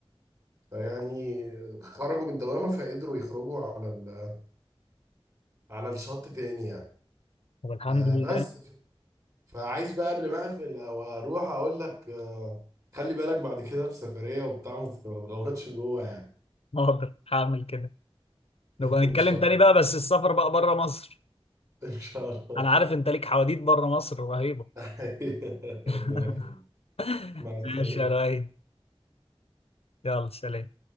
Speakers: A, on the right; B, on the left.
A: يعني خرجوا من الدوامة فقدروا يخرجوا على ال- على الشط تاني يعني
B: طب الحمد
A: آه،
B: لله
A: بس فعايز بقى قبل ما اقفل او اروح اقول لك آه، خلي بالك بعد كده في سفرية وبتاع ما تغوطش جوه يعني
B: هقدر هعمل كده
A: <laughs>
B: نبقى نتكلم
A: ان شاء الله
B: تاني بقى بس السفر بقى بره مصر
A: ان شاء الله
B: انا عارف انت ليك حواديت بره مصر رهيبه
A: <laughs>
B: <laughs>
A: ربنا يخليك مع السلامة
B: ماشي يا راي يلا سلام